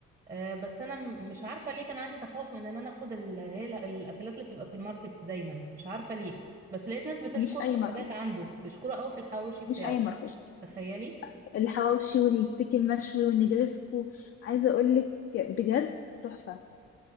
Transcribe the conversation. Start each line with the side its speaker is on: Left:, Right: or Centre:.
Right: آه، بس انا م- مش عارفه ليه كان عندي تخوف من ان انا اخد ال- هي ال- الاكلات اللي بتبقى في الماركتس دايما مش عارفه ليه بس لقيت ناس بتشكر
Left: مش اي
Right: في
Left: ماركت
Right: حاجات عنده بيشكروا قوي في الحواوشي بتاعه
Left: مش اي ماركت
Right: تخيلي
Left: الحواوشي والستيك المشوي والنجريسكو عايزه اقول لك بجد تحفه